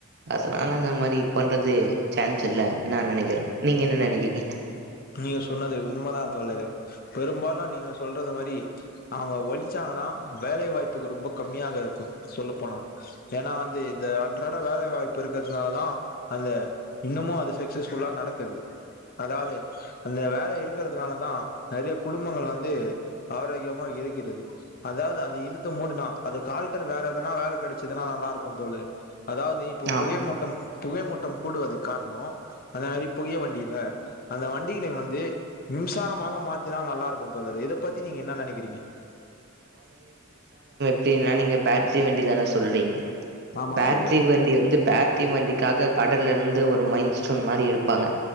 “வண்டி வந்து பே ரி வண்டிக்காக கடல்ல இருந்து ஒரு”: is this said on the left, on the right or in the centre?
Right